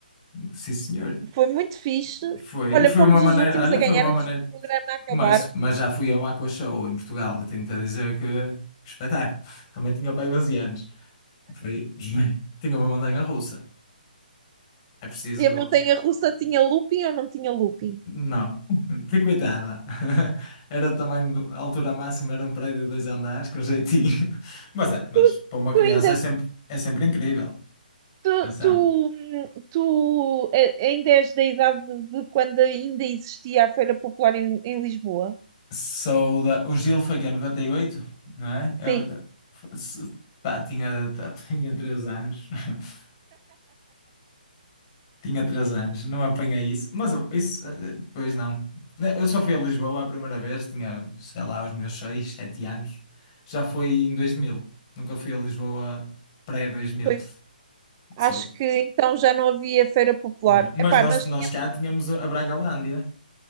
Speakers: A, on the left; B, on the right.
A: Sim, senhor.
B: Foi muito fixe.
A: Foi,
B: Olha,
A: e foi
B: fomos
A: uma maneira,
B: os últimos
A: olha,
B: a ganhar
A: foi uma
B: antes
A: maneira.
B: do programa acabar.
A: Mas, mas já fui ao Aqua Show em Portugal, eu tenho-te a dizer que espetáculo. Também tinha pai aí anos. Foi, <laughs> tinha uma montanha-russa. É preciso.
B: E a montanha russa tinha looping ou não tinha looping?
A: Não, <laughs> tem coitada. <laughs> Era o tamanho, do- a altura máxima era um prédio de dois andares, com jeitinho. <laughs> Mas é, mas
B: Tu
A: para uma criança
B: tu ainda
A: é sempre, é sempre incrível.
B: Tu,
A: Atenção.
B: tu, tu eh, ainda és da idade de quando ainda existia a Feira Popular em, em Lisboa?
A: Sou da, o Gil foi que é 98, não é? Eu,
B: Sim,
A: da- f- se- pá, tinha, tá, <laughs> tinha 3 anos. <laughs> Tinha três anos, não apanhei isso. Mas eu- isso, eh, pois não. Eu só fui a Lisboa a primeira vez, tinha, sei lá, os meus seis, sete anos. Já foi em 2000. Nunca fui a Lisboa pré-2000.
B: pois acho
A: Só,
B: que então já não havia Feira Popular.
A: não. Mas
B: Epá,
A: nós,
B: nós
A: nós
B: tínhamos,
A: cá tínhamos a Bragalândia,